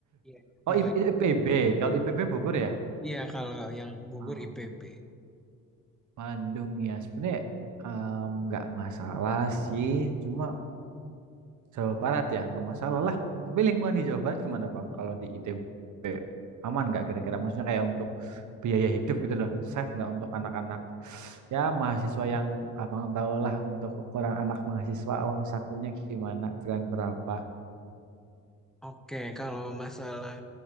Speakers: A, in the centre; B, on the right.
A: Iya, di
B: Oh, I-
A: Bandung.
B: I- IPB. Kalau IPB Bogor ya?
A: Iya, kalau yang Bogor
B: Oh,
A: IPB.
B: Bandung ya. Sebenarnya em, nggak masalah sih. Cuma Jawa Barat ya, nggak masalah lah. Tapi lingkungan di Jawa Barat gimana Bang? Kalau di ITB aman nggak kira-kira? Maksudnya kayak untuk biaya hidup gitu loh. Safe nggak untuk anak-anak? Ya mahasiswa yang abang tahu lah untuk ukuran anak mahasiswa uang sakunya gimana, bulan berapa.
A: Oke, kalau masalah